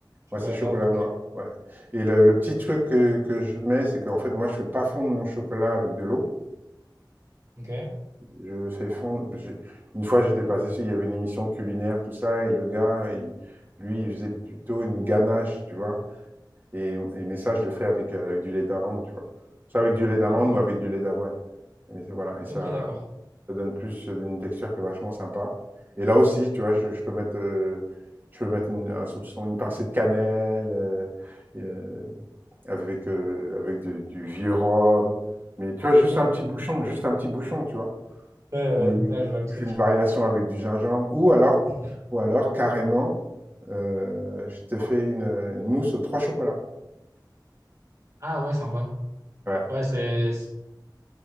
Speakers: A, on the right; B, on the right.
A: chocolat
B: Moi c'est chocolat
A: noir. Ok,
B: noir. Ouais. Et le, le petit truc que, que je mets, c'est qu'en fait, moi je fais pas fondre mon chocolat avec de l'eau.
A: ok,
B: je fais fondre. je- Une fois, j'étais passé sur, il y avait une émission culinaire, tout ça, et le gars, il- lui, il faisait plutôt une ganache, tu vois. Et, et- mais ça, je le fais avec, euh, avec du lait d'amande, tu vois. Soit avec du lait d'amande
A: ok,
B: ou avec du lait d'avoine. Et voilà,
A: ok,
B: et ça,
A: d'accord.
B: ça donne plus une texture qui est vachement sympa. Et là aussi, tu vois, je, je peux mettre, euh, je peux mettre une, un soupçon, une pincée de cannelle, euh, euh, avec, euh, avec du, du vieux rhum. Mais tu vois, juste
A: Ok, ouais,
B: un petit bouchon, juste un petit bouchon, tu vois.
A: ouais, ouais,
B: Oui,
A: ouais, je vois le truc.
B: je fais une variation avec du gingembre ou alors
A: <laughs>
B: ou alors carrément, heu, je te fais une, une mousse aux 3 chocolats.
A: Ah ouais, sympa.
B: Ouais.
A: Ouais, c'est... c'est-